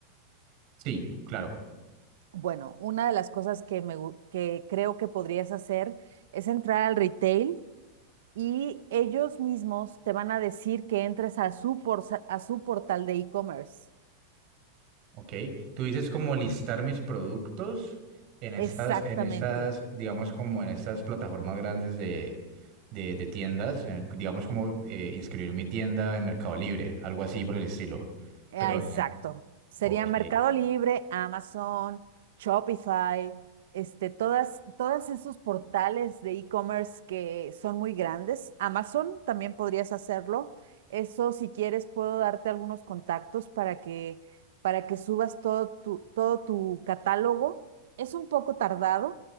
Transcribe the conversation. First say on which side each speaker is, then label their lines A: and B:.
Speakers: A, on the right (about 35°); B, on the right (about 75°).
A: Sí, claro.
B: Bueno, una de las cosas que, me, gu- que creo que podrías hacer es entrar al retail y ellos mismos te van a decir que entres a su, porsa- a su portal de e-commerce.
A: Ok, tú dices como listar mis productos en estas,
B: Exactamente.
A: en estas, digamos como en estas plataformas grandes de, de, de tiendas, eh, digamos como eh, inscribir mi tienda en Mercado Libre, algo así por el estilo.
B: Ah,
A: Pero,
B: Exacto.
A: en-
B: Sería
A: ok,
B: Mercado Libre, Amazon, Shopify, este, todas, todos esos portales de e-commerce que son muy grandes. Amazon también podrías hacerlo. Eso, si quieres, puedo darte algunos contactos para que, para que subas todo tu, todo tu catálogo. Es un poco tardado,